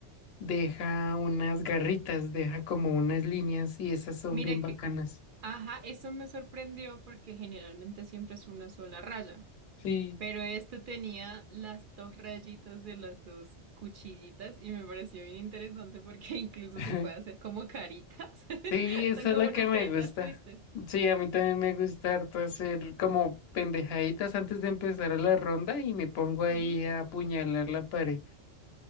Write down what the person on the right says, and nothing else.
Mira
que, ajá, eso me sorprendió porque generalmente siempre es una sola raya.
Pero este tenía las dos rayitas de las dos cuchillitas y me pareció bien interesante porque <laughs> incluso
se puede hacer como caritas.
<laughs>
Son como
unas
caritas
tristes.
Ujú. <laughs>